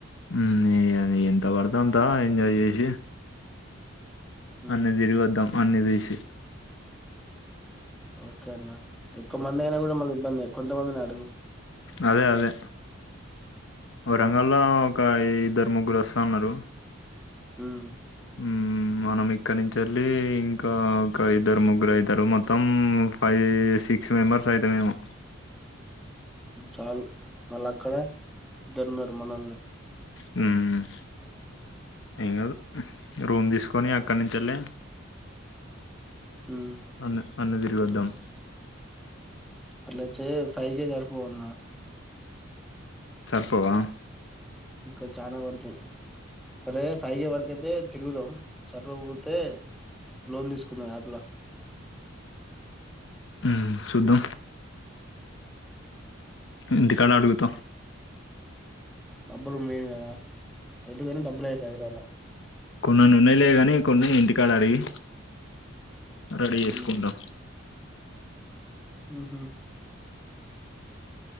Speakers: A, on the left; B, in the centre.
A: హ్మ్ ఎ ఆది ఎంత పడుతే అంత ఎంజాయ్ చేసి
B: ఉమ్
A: అన్నీ తిరిగి వోద్దాం అన్ని చూసి
B: ఓకే అన్న ఎక్కువ మంది అయినా కూడా మల్లా ఇబ్బందే కొంతమందిని అడుగు
A: అదే అదే వరంగల్
B: ఉమ్
A: లో ఒక ఇద్దరు ముగ్గురు వస్తా అన్నారు
B: హ్మ్
A: హ్మ్ మనం ఇక్కడి నుంచాలి ఇంకా ఇద్దరు ముగ్గురు అయితారు మొత్తం ఫైవ్ సిక్స్ మెంబర్స్ అయితరేమో
B: చాలు మళ్ళ అక్కడ ఇద్దరున్నారు మనోళ్ళు
A: హ్మ్ ఏంగాదు రూమ్ తీసుకొని అక్కడి నుంచెల్లి
B: హుం
A: అన్ అన్నీ తిరిగిఓద్దాం
B: అట్లయితే ఫైవ్ కే సరిపోవన్నా
A: సరిపోవా
B: ఇంకా చానా పడుతయి అరే ఫైయే వర్కతే తిరుగుదాం సరిపోకపోతే లోన్ తీసుకుందాం యాప్ లో
A: హ్మ్ చూదాం ఇంటి కాడ
B: మనం
A: అడుగుత
B: డబ్బులు మెయిన్ కదా ఎటుపోయినా డబ్బులు అయితయి హైదరాబాద్ లా
A: కొన్నన్నీన్నాయలే కాని కొన్ని ఇంటికాడ అడిగి రెడీ చేసుకుంటాం
B: అవునా ఉ హు